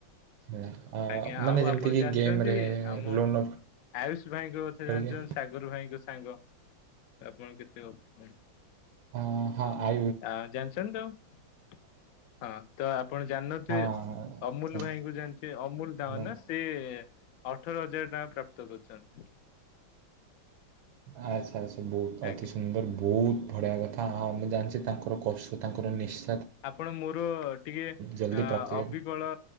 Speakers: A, on the right; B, on the left.
A: ମେଳା ଅ
B: ଆଜ୍ଞା
A: ମାନେ
B: ଆଉ
A: ଯେମିତିକି
B: ଆପଣ ଜାଣିଛନ୍ତି
A: ଗେମ୍ ରେ
B: ଆମ
A: ଲୋନ୍ ଅଫ୍।
B: ଆୟୁଷ ଭାଇଙ୍କ କଥା
A: କରିକି
B: ଜାଣିଛ ସାଗର ଭାଇଙ୍କ ସାଙ୍ଗ ଆପଣ କେତେ <unintelligible>
A: ହଁ, ହଁ, ଆ
B: ଆ ଜାଣିଛନ୍ତି ତ, ହଁ ତ ଆପଣ ଜାଣନଥିବେ
A: ହଁ
B: ଅମୁଲ ଭାଇଙ୍କୁ ଜାଣି ସେ ଅମୁଲ ଦାମନା
A: ନାଇଁ
B: ସେ ଅଠର ହଜାର ଟଙ୍କା ପ୍ରାପ୍ତ କରିଛନ୍ତି।
A: ଆଛା, ଆଛା, ବହୁତ
B: ଆଜ୍ଞା।
A: ଅତି ସୁନ୍ଦର ବହୁତ ବଢିଆ କଥ ହଁ, ମୁଁ ଜାଣିଛି ତାଙ୍କର କଷ୍ ତାଙ୍କର ନିସ୍
B: ଆପଣ ମୋର ଟିକିଏ
A: ଜଲ୍ଦି
B: ଆଁ
A: ପ୍ରାପ୍ତି
B: ଅବିକଳ।